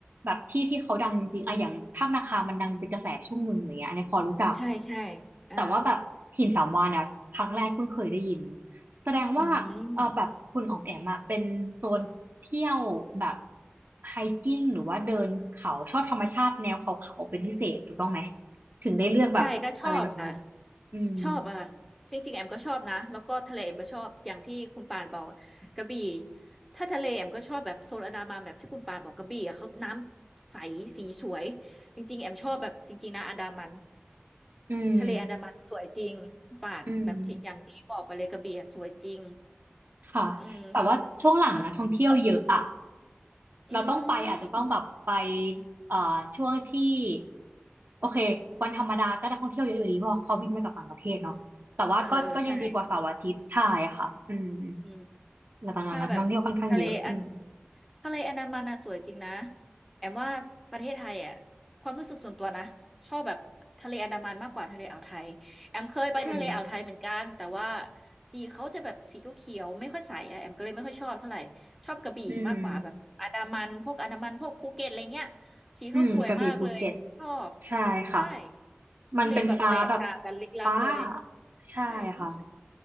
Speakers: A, on the right; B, in the centre.
A: แบบที่ที่เขาดังจริงๆอะอย่างถ้ำนาคามันดังเป็นกระแสช่วงหนึ่งอะไรเงี้ยอันนี้พอรู้จัก
B: ใช่ใช่อ่า
A: แต่ว่าแบบหินสามวาฬนะครั้งแรกเพิ่งเคยได้ยินแสดงว่าเออแบบคุณอ๋อมแอมอะเป็นโซนเที่ยวแบบ
B: อืม
A: ไฮกิ้งหรือว่าเดินเขาชอบธรรมชาติแนวเขาๆเป็นพิเศษถูกต้องไหมถึงได้เลือกแบบอะไรแบบนี้
B: ใช่ก็ชอบค่ะ
A: อืม
B: ชอบอะค่ะจริงๆแอมก็ชอบนะแล้วก็ทะเลแอมก็ชอบอย่างที่คุณปานบอกกระบี่ถ้าทะเลแอมก็ชอบแบบโซนอันดามันแบบที่คุณปานบอกกระบี่อะเขาน้ำใสสีสวยจริงๆแอมชอบแบบจริงๆนะอันดามัน
A: อืม
B: ทะเลอันดามันสวยจริงคุณป่านแบบที่อย่างที่บอกไปเลยกระบี่อะสวยจริง
A: อืมค่ะ
B: อืม
A: แต่ว่าช่วงหลังนะท่องเที่ยวเยอะอะ
B: ชอบชอบอืมอื
A: เราต้องไปอาจจะต้องแบบไป
B: ม
A: เอ่อช่วงที่โอเควันธรรมดาก็ได้ท่องเที่ยวเยอะอยู่ดีเพราะเขาบินมาจากต่างประเทศเนาะแต่ว่าก็ก็ยังดีกว่าเสาร์อาทิตย์ใช่ค่ะอืม
B: เออเออใช่อืม
A: แล้วตอนนั้นนะนักท่องเที่ยวค่อนข้างเยอะอืม
B: ถ้าแบบทะเลอันทะเลอันดามันน่ะสวยจริงนะแอมว่าประเทศไทยอ่ะความรู้สึกส่วนตัวนะชอบแบบทะเลอันดามันมากกว่าทะเลอ่าวไทยแอมเคยไปทะเลอ่าวไทยเหมือนกันแต่ว่า
A: อืม
B: สีเขาจะแบบสีเขียวๆไม่ค่อยใสอ่ะแอมก็เลยไม่ค่อยชอบเท่าไหร่ชอบกระบี่มากกว่าแบบอันดามันพวกอันดามันพวกภูเก็ตอะไรเงี้ย
A: อืม
B: สีเขาสวยมากเลยชอบ
A: อืมกระบี่ภูเก็ตใช่ค่ะ
B: ใช่
A: มันเป็นฟ้าแบบ
B: ทะเลแบบแตกต่างกันลึกลับเลย
A: ฟ้าใช่ค่ะ
B: ใช่อืม